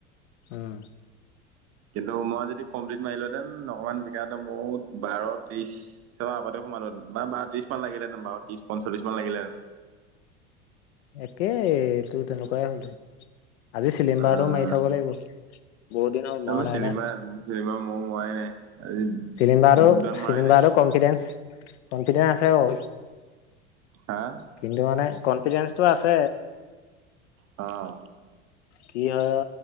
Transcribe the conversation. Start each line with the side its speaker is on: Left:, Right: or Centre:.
Left: উম।
Right: কিন্তু মই যদি কমপ্লিট মাৰিলোহেতেন অকমান বিকা হলে মও বাৰ, ত্ৰিশ চ আগতে সোমালোহেতেন বা বাৰ, ত্ৰিশমান লাগিলেহেতেন বাৰ, ত্ৰিশ, পঞ্চলিচমান লাগিলে
Left: একেইটো তেনেকুৱাই হ'ল <inaudible> আজি চিলিম্বাৰটো
Right: আহ
Left: মাৰি চাব লাগিব। বহুত দিন হল
Right: তাৰপৰা
Left: মৰা নাই
Right: চিনেমা
Left: না।
Right: চিনেমা ময়ো মৰাই নাই আজি
Left: চিলিণ্ডাৰটো
Right: বুকডাউন
Left: চিলিণ্ডাৰটো
Right: মৰাই নাই
Left: কনফিডেনছ- কনফিডেন্ আছে বাৰো।
Right: হাঁ।
Left: কিন্তু, মানে কনফিডেন্ঞ্চটো আছে।
Right: অঁ'
Left: কি হয়?